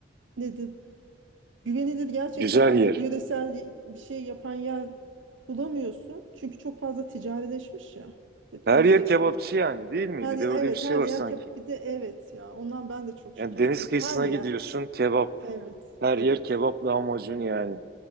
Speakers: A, on the right; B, on the right.
A: nedir? Güvenilir gerçekten
B: Güzel
A: artık
B: yer.
A: yöresel bir şey yapan yer bulamıyorsun. Çünkü çok fazla ticarileşmiş ya. Evet,
B: Her
A: Her şey
B: yer kebapçı
A: turist.
B: yani değil mi?
A: Her,
B: Bir de öyle
A: evet
B: bir şey
A: her
B: var
A: yer
B: sanki.
A: kep- bir de evet ya ondan ben de çok şikayetçiyim.
B: Yani deniz kıyısına
A: Her yer
B: gidiyorsun kebap.
A: Evet,
B: Her
A: evet,
B: yer kebap lahmacun yani.